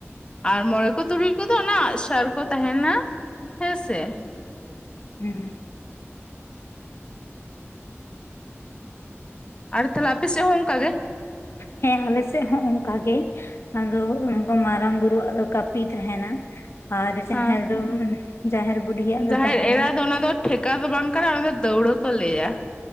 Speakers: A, on the left; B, on the left.
A: ᱟᱨ ᱢᱚᱬᱮ ᱠᱚ ᱛᱩᱨᱩᱭ ᱠᱚᱫᱚ ᱚᱱᱟ ᱟᱜᱼᱥᱟᱨ ᱠᱚ ᱛᱟᱦᱮᱱᱟ ᱦᱮᱸ ᱥᱮ।
B: ᱦᱩᱸ
A: ᱟᱨ ᱛᱟᱦᱚᱞᱮ ᱟᱯᱮ ᱥᱮᱜ ᱦᱚᱸ ᱚᱱᱠᱟ ᱜᱮ?
B: ᱦᱮᱸ ᱟᱞᱮ ᱥᱮᱫ ᱦᱚᱸ ᱚᱱᱠᱟᱜᱮ। ᱟᱫᱚ ᱩᱱᱠᱟ ᱢᱟᱨᱟᱝ ᱵᱩᱨᱩᱣᱟᱜ ᱫᱚ ᱠᱟᱹᱯᱤ ᱛᱟᱦᱮᱱᱟ, ᱟᱨ ᱡᱟᱦᱟᱸᱭ
A: ᱦᱮᱸ
B: ᱫᱚᱼᱼ ᱡᱟᱦᱮᱨ ᱵᱩᱰᱷᱤᱭᱟᱜ ᱫᱚ
A: ᱡᱟᱦᱮᱨ
B: ᱛᱟᱦᱮᱱᱟᱼᱼ
A: ᱮᱨᱟ ᱫᱚ ᱚᱱᱟ ᱫᱚ ᱴᱷᱮᱠᱟ ᱫᱚ ᱵᱟᱝ ᱠᱟᱱᱟ, ᱚᱱᱟ ᱫᱚ ᱫᱟᱹᱣᱲᱟᱹ ᱠᱚ ᱞᱟᱹᱭᱟ।